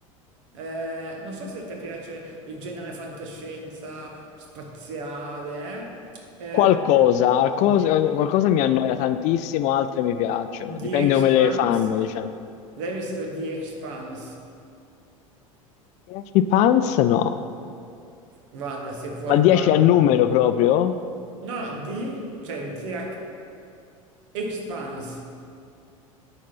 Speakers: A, on the right; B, on the left.
A: eh, non so se ti piace il genere fantascienza spaziale, eh?
B: Qualcosa,
A: Eh, di
B: cos- qualcosa mi annoia tantissimo, altre mi piacciono, dipende
A: The Expanse.
B: come le fanno, diciamo.
A: L'hai visto The Expanse?
B: 10 Pants? No,
A: Guarda, se puoi
B: ma 10
A: guardalo.
B: a numero proprio?
A: No, di, cioè THE Expanse.